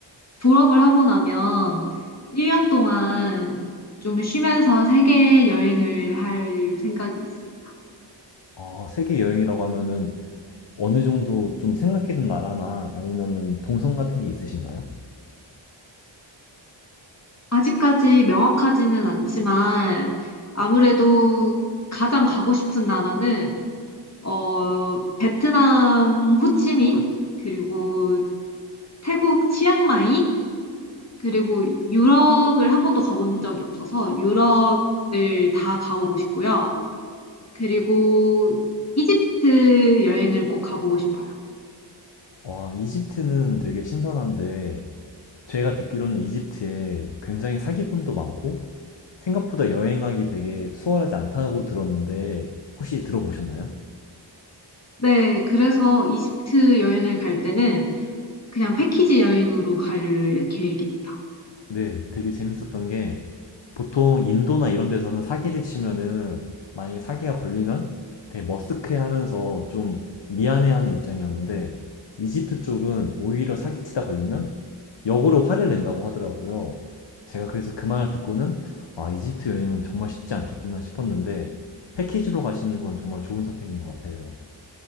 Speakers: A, on the left (about 35°); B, on the left (about 70°).
A: 졸업을 하고 나면 1년 동안 좀 쉬면서 세계 여행을 할 생각이 있습니다.
B: 아, 세계 여행이라고 하면은 어느 정도 좀 생각해둔 나라나 아니면은 동선 같은 게 있으신가요?
A: 아직까지 명확하지는 않지만 아무래도 가장 가고 싶은 나라는 어, 베트남 호치민 그리고 태국 치앙마이 그리고 유럽을 한 번도 가본 적이 없어서 유럽을 다 가보고 싶고요. 그리고 이집트 여행을 꼭 가보고 싶어요.
B: 와, 이집트는 되게 신선한데, 제가 듣기로는 이집트에 굉장히 사기꾼도 많고, 생각보다 여행하기 되게 수월하지 않다고 들었는데 혹시 들어보셨나요?
A: 네, 그래서 이집트 여행을 갈 때는 그냥 패키지 여행으로 갈 계획입니다.
B: 네, 되게 재밌었던 게 보통 인도나 이런 데서는 사기를 치면은 만약에 사기가 걸리면 되게 머쓱해하면서 좀 미안해하는 입장이었는데 이집트 쪽은 오히려 사기치다 걸리면 역으로 화를 낸다고 하더라고요. 제가 그래서 그 말을 듣고는 아, 이집트 여행은 정말 쉽지 않겠구나 싶었는데 패키지로 가시는 건 정말 좋은 선택인 것 같아요.